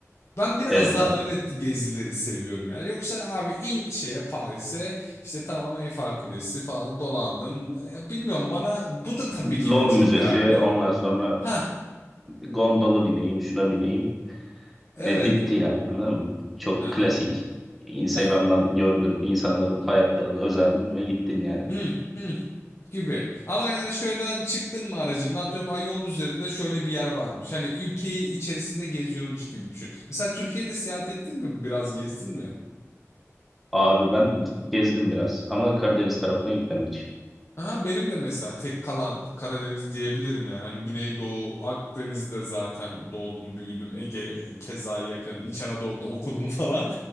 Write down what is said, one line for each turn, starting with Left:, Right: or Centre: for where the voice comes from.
Left: Ben biraz
Centre: Evet
Left: daha
Centre: abi.
Left: öyle gezileri seviyorum yani Yoksa abi in şeye Paris'e işte tamam Eyfel Kulesi falan dolandın. Ya bilmiyorum bana bu da tabii
Centre: Louvre
Left: ki de çok
Centre: Müzesi,
Left: değerli.
Centre: ondan sonra
Left: Ha
Centre: gondola bineyim, şuna bineyim.
Left: evet.
Centre: E, bitti yani anladın mı? Çok
Left: Hı hı.
Centre: klasik. Instagram'dan
Left: Ya
Centre: gördün insanların hayatlarını özendin ve gittin yani.
Left: hı hı gibi. Ama yani şöyle çıktın mı aracın atıyorum ay yol üzerinde şöyle bir yer varmış. Hani ülkeyi içerisinde geziyormuş gibi düşün. Mesela Türkiye'de seyahat ettin mi? Biraz gezdin mi?
Centre: Abi ben gezdim biraz ama Karadeniz tarafına gitmedim hiç.
Left: Aha, benim de mesela tek kalan Karadeniz diyebilirim yani. Hani Güneydoğu, Akdeniz'de zaten doğdum, büyüdüm. Ege keza yakın, İç Anadolu'da okudum <laughs> falan.